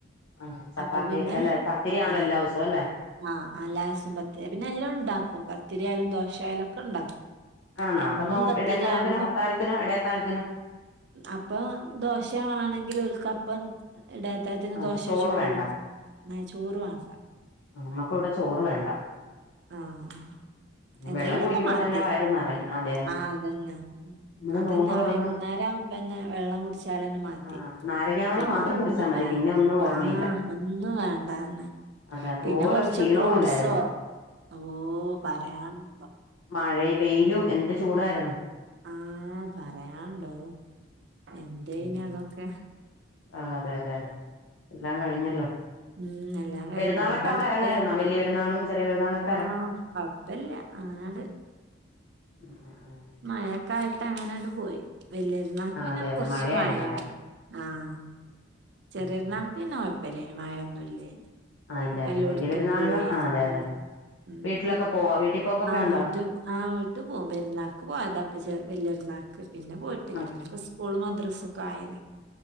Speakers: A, on the left (about 80°); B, on the right (about 55°).
A: ആഹ് ചപ്പാത്തി
B: അപ്പൊ പിന്നെ
A: അല്ല പത്തിരിയാണല്ലോ
B: ആഹ്
A: എല്ലാവുസം അല്ലേ
B: ആഹ് എല്ലാസവും പത്തിരി പിന്നെ എല്ലൂണ്ടാക്കും പത്തിരിയായാലും ദോശായാലും ഒക്കെ ഉണ്ടാക്കും
A: ആഹ് ന്നപ്പൊ
B: എന്നും
A: നോ
B: പത്തിരി
A: ഇടയത്താഴത്തിനും
B: ആവുമ്പോ
A: അത്താഴത്തിനും ഇടയത്താഴത്തിനും
B: അപ്പൊ ദോശവാണെങ്കിലോൽകപ്പം ഇടയത്താ ത്തിന്
A: ആഹ്
B: ദോശ
A: ചോറ്
B: ചുട്ടൊടുക്കും
A: വേണ്ട
B: ന്നചോറ് വാണ്ട
A: ആമ്മക്കിവടെ ചോറ് വേണ്ട
B: ആഹ് എന്തേലൊക്കെ
A: വെള്ളം കുടിക്കുമ്പം
B: മതി
A: തന്നെ വയറ് നിറയും അതേന്നെ
B: ആഹ് അതന്നെ
A: നമ്മള്
B: അതന്നെ
A: നോമ്പ്
B: ആ
A: തുറന്ന്
B: വൈകുന്നേരാവുമ്പന്നെ വെള്ളം കുടിച്ചാലന്നെ മതി
A: ആഹ് നാരങ്ങാവെള്ളം
B: പിന്നൊ
A: മാത്രം
B: ന്നും
A: കുടിച്ചാൽ മതി
B: വേ
A: പിന്നെ ഒന്നും ഓർമ്മയില്ല
B: ആഹ് ഒന്നും വേണ്ടന്നെ
A: അതെ അതുപോലെ
B: പിന്നെ കൊർച്ച്
A: ക്ഷീണവും
B: ഫ്രൂഡ്സോ
A: അല്ലായിരുന്നോ
B: ഓഹ് പറയാൻണ്ടോ
A: മയെ വെയിലും എന്ത് ചൂടാര്ന്നു
B: ആഹ് പറയാണ്ടോ എന്തേന്
A: ഉം
B: അതൊക്കെ.
A: ആഹ് അതെ അതെ അതെ എല്ലാം കഴിഞ്ഞല്ലോ.
B: ഉം എല്ലാം കഴിഞ്ഞ്
A: പെരുന്നാളൊക്കെ
B: ഇനിപ്പ
A: അവടെ
B: അടുത്ത്
A: അരങ്ങായ്ര്ന്നോ വല്യ പെരുന്നാളും ചെറിയ പെരുന്നാളൊക്
B: ആഹ് കൊഴപ്പെല്ല അങ്ങനട്
A: ഉം ആഹ് ആഹ്
B: മഴക്കായിട്ട് അങ്ങനെണ്ട് പോയി വെല്ല്യര്ന്നാക്ക്
A: ആഹ്
B: പിന്നെ
A: അതെ അതെ
B: കൊർച്ച്
A: മഴയായിരുന്നല്ലോ
B: മയർന്നു ആഹ് ചെറിയെര്ന്നാക്ക്
A: ഉം ഉം
B: പിന്നെ കൊഴപ്പല്ലെയ്നു മഴൊന്നുല്ലേയ്ന്.
A: ആഹ് ഇല്ലായിരുന്നു
B: അപ്പ എല്ലോട്ത്തും
A: വലിയ പെരുന്നാളിന്
B: പോയി
A: ആഹ് അതെ അതെ
B: ഉം ഉം
A: വീട്ടിലൊക്കെ പോവോ വീട്ടിൽ പോക്കൊക്കെ
B: ന്നാവുറ്റും
A: ഉണ്ടോ
B: ആഹ് ഉ ട്ട് പോഉം പെരുന്നാക്ക് പോയത പ ചെ വെല്ല്യര്ന്നാക്ക് പിന്നെ പോയിട്ടില്ല
A: ആഹ്
B: പിന്നെപൊ ഉസ്കൂള് മദ്രസൊക്കായെലെ.